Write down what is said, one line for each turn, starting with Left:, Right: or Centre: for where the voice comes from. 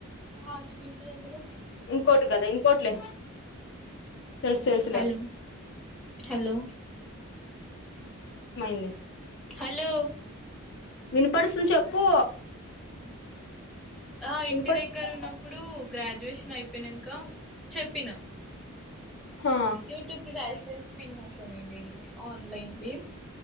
Centre: ఆ నేను ఇంటి దగ్గర సిక్స్ మంత్స్
Left: ఇంకోటి
Centre: ఉన్నా
Left: కదా ఇంకోటిలే తెలుసు తెలుసులే
Centre: హలో హలో
Left: మయింది
Centre: హలో
Left: వినపడుస్తుంది చెప్పు
Centre: ఆ ఇంటి
Left: వినపడుతుందా
Centre: దగ్గర ఉన్నప్పుడు గ్రాడ డ్యుయేషన్ అయిపోయినాక చెప్పినం
Left: ఆ
Centre: యూట్యూబ్ ఫస్ నా కొని డేస్ ఆన్లైన్వి